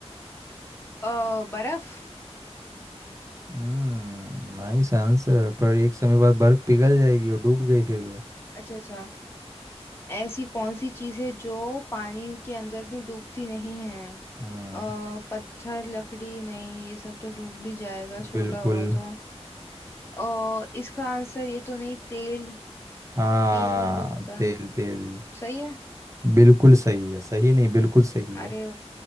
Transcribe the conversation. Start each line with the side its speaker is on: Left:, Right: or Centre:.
Left: अ, बर्फ
Right: हम्म नाइस आंसर पर एक समय बाद बर्फ पिघल जाएगी और डूब गई फिर तो
Left: अच्छा अच्छा ऐसी कौन सी चीज है जो पानी के अंदर भी डूबती नहीं है
Right: हम्म
Left: अ पत्थर लकड़ी नहीं ये सब तो डूब भी जाएगा छोटा
Right: बिल्कुल
Left: होगा तो अ इसका आंसर ये तो नहीं तेल
Right: हाँ
Left: तेल नहीं डूबता
Right: तेल तेल
Left: सही है
Right: बिल्कुल सही है सही नहीं बिल्कुल सही
Left: अरे
Right: है